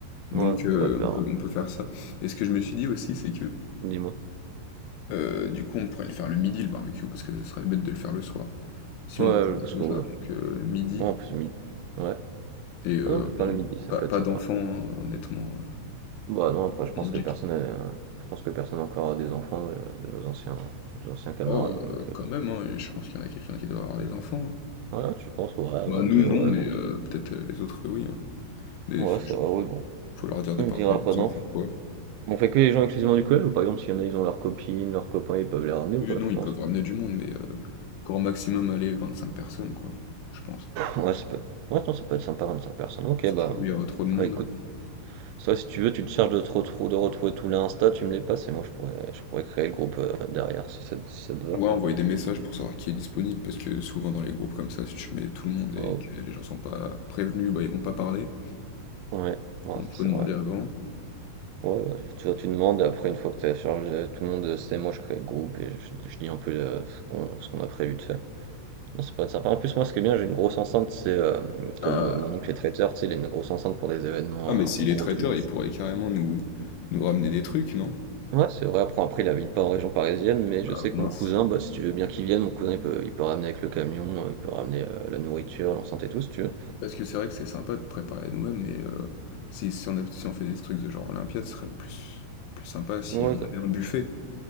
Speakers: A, on the left; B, on the right.
A: Donc,
B: Ouais, on
A: euh,
B: pourrait faire,
A: on peut, on peut faire ça. Et ce que je me suis dit aussi, c'est que
B: dis-moi.
A: euh, du coup, on pourrait le faire le midi, le barbecue, parce que ça serait bête de le faire le soir. Si
B: Ouais,
A: on veut faire
B: parce
A: tout
B: qu'on
A: ça,
B: ouais,
A: donc euh, midi.
B: en plus, midi. Ouais.
A: Et heu,
B: Ah non, on peut faire
A: bon,
B: le midi, ça
A: pas
B: peut
A: pas
B: être sympa.
A: d'enfants, hein, honnêtement, heu,
B: Bah non, après, je pense
A: on dit
B: que personne
A: que
B: a- je pense que personne encore a des enfants euh, de, nos anciens, nos anciens camarades,
A: oh, heu,
B: donc... euh,
A: quand même, hein et je pense qu'il y en a quelqu'un qui doit avoir des enfants, hein.
B: Ouais, tu penses, ouais,
A: Bah,
B: vingt
A: nous
B: deux
A: non,
B: ouais,
A: mais
B: vingt deux
A: heu, peut-être, heu, les autres, oui, hein. Mais
B: Ouais,
A: f
B: c'est vrai, ouais, bon.
A: faut leur dire de
B: On
A: pas
B: dira
A: ramener leurs
B: pas d'enfants.
A: enfants, quoi.
B: On fait que les gens exclusivement du collège, ou par exemple, s'il y en a, ils ont leurs copines, leurs copains, ils peuvent les ramener ou
A: Oui,
B: pas,
A: non,
B: tu penses?
A: ils peuvent ramener du monde, mais heu, grand maximum, allez, cinq personnes, quoi, je pense.
B: Ouais, ça peut... être... ouais, non, ça peut être sympa, vingt cinq personnes. Ok,
A: Parce
B: bah...
A: qu'il y aura trop de monde.
B: ouais, écoute, toi, si tu veux, tu te charges de, te retrou- de retrouver tous les Insta, tu me les passes, et moi, je pourrais, je pourrais créer le groupe euh, derrière, si ça, si ça te va.
A: Ouais, envoyer des messages pour savoir qui est disponible parce que souvent dans les groupes comme ça, si tu mets tout le monde et
B: Oh.
A: que les gens sont pas prévenus, bah, ils vont pas parler,
B: Ouais, non,
A: donc
B: ça,
A: faut
B: c'est
A: demander
B: vrai.
A: avant.
B: Ouais, bah, tu vois, tu demandes, et après, une fois que tu as chargé, tout le monde sait, moi je crée le groupe et je, je dis un peu euh, ce qu'on ce qu'on a prévu de faire. Non, c'est pas sympa. En plus, moi, ce qui est bien, j'ai une grosse enceinte, c'est euh,
A: Ah
B: comme euh, mon oncle est traiteur, tu sais, il a une grosse enceinte pour des événements,
A: Ah,
B: euh,
A: mais s'il
B: un gros
A: est traiteur,
B: truc.
A: il pourrait carrément nous, nous ramener des trucs, non?
B: Ouais, c'est vrai, après, après, il habite pas en région parisienne, mais
A: Ah,
B: je sais
A: mince.
B: que mon cousin, bah, si tu veux bien qu'il vienne, mon cousin, il peut, il peut ramener avec le camion, euh, il peut ramener euh, la nourriture, l'enceinte et tout, si tu veux.
A: Parce que c'est vrai que c'est sympa de préparer à nous-mêmes, mais euh, si, si on a- si on fait des trucs de genre Olympiade, ce serait plus, plus sympa si
B: Ouais,
A: on avait un buffet.